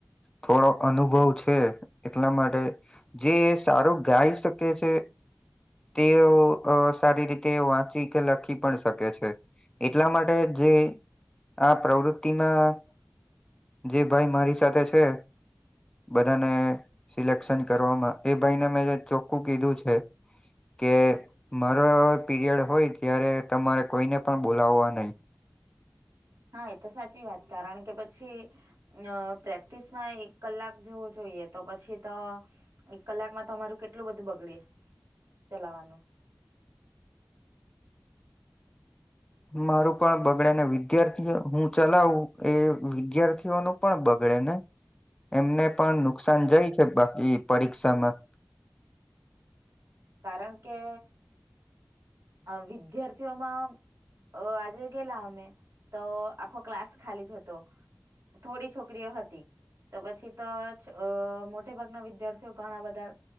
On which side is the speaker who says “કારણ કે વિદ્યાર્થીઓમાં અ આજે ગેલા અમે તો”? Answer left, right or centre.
Right